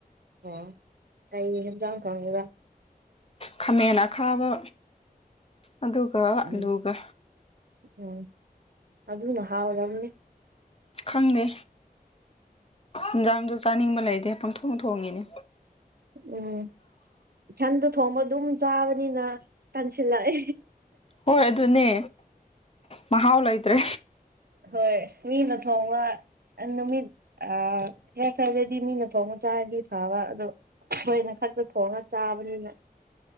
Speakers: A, on the right; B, on the left.
A: ꯑꯣ ꯀꯩ ꯍꯦꯟꯖꯥꯡ ꯈꯪꯉꯤꯕ
B: ꯈꯥꯃꯦꯟ ꯑꯈꯥꯕ ꯑꯗꯨꯒ
A: ꯎꯝ
B: ꯑꯂꯨꯒ
A: ꯎꯝ ꯑꯗꯨꯅ ꯍꯥꯎꯔꯝꯅꯤ
B: ꯈꯪꯗꯦ ꯏꯟꯖꯥꯡꯁꯨ ꯆꯥꯅꯤꯡꯕ ꯂꯩꯇꯦ ꯄꯪꯊꯣꯡ ꯊꯣꯡꯉꯤꯅꯦ
A: ꯎꯝ ꯏꯊꯟꯗ ꯊꯣꯡꯕ ꯑꯗꯨꯝ ꯆꯥꯕꯅꯤꯅ ꯇꯟꯁꯤꯜꯂꯛꯑ
B: ꯍꯣꯏ ꯑꯗꯨꯅꯦ ꯃꯍꯥꯎ ꯂꯩꯇ꯭ꯔꯦ
A: ꯍꯣꯏ ꯃꯤ ꯅ ꯊꯣꯡꯕ ꯅꯨꯃꯤꯠ ꯈꯔ ꯈꯔꯗꯗꯤ ꯃꯤꯅ ꯊꫭꯡꯕ ꯆꯥꯔꯗꯤ ꯐꯕ ꯑꯗꯣ ꯑꯩꯈꯣꯏꯅ ꯈꯛꯇ ꯊꯣꯡꯉꯒ ꯆꯥꯕꯅꯤꯅ